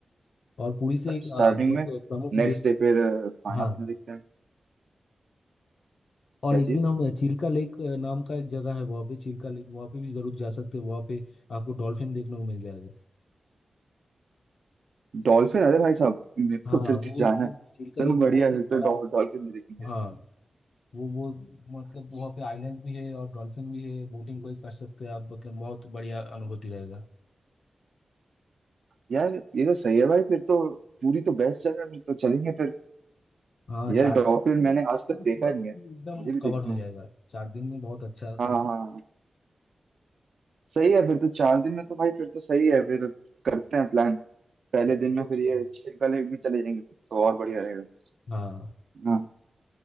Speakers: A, on the left; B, on the right.
A: और पुरी से एक
B: स्टार्टिंग
A: आ, बहुत
B: में
A: प्रमुख
B: नेक्स्ट डे फिर अ, खाना
A: अ, हाँ
B: पीना देखते हैं
A: और
B: क्या
A: एक
B: चीज
A: दिन हम चिल्का लेक अ, नाम का एक जगह है वहाँ पे चिल्का लेक वहाँ पे भी जरूर जा सकते हैं वहाँ पे आपको डॉल्फिन देखने को मिल जाएगा
B: डॉल्फिन अरे भाई साहब मेरे
A: हाँ
B: को फिर
A: वो
B: से जाना
A: कि-
B: है
A: चिल्का
B: चलो
A: लेक
B: बढ़िया
A: बहुत
B: है,
A: एक
B: फिर तो
A: बड़ा
B: डॉल डॉल्फिन भी देखेंगे
A: हाँ वो वो मतलब
B: अच्छा।
A: वहाँ पे आइलैंड भी है और डॉल्फिन भी है बोटिंग कोई कर सकते हैं आप मतलब बहुत बढ़िया अनुभूति रहेगा
B: यार ये तो सही है भाई फिर तो पूरी तो बेस्ट जगह है फिर तो चलेंगे फिर
A: हाँ चार
B: यार
A: चार
B: डॉल्फिन
A: दिन के लिए
B: मैंने
A: अगर जाते
B: आज
A: हैं
B: तक
A: तो
B: देखा
A: पूरा
B: नहीं है
A: एकदम
B: मुझे भी
A: कवर
B: देखना
A: हो
B: है
A: जाएगा चार दिन में बहुत अच्छा
B: हाँ
A: तरीके
B: हाँ हाँ। सही है फिर तो चार दिन में तो भाई फिर तो सही है फिर करते हैं प्लान पहले दिन
A: जरूर
B: में फिर
A: सही
B: ये छिलका लेक भी चले जाएंगे फिर तो और बढ़िया रहेगा
A: हाँ
B: है ना